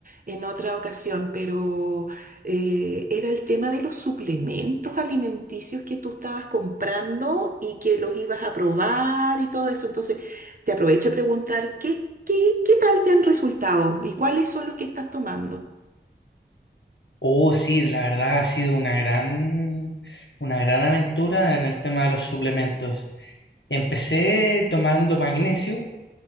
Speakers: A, on the right; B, on the left.
A: en otra ocasión, pero eh, era el tema de los suplementos alimenticios que tú estabas comprando y que los ibas a probar y todo eso. Entonces, te aprovecho a preguntar, ¿qué, qué, qué tal te han resultado y cuáles son los que estás tomando?
B: Oh, sí, la verdad ha sido una gran, una gran aventura en el tema de los suplementos. Empecé tomando magnesio,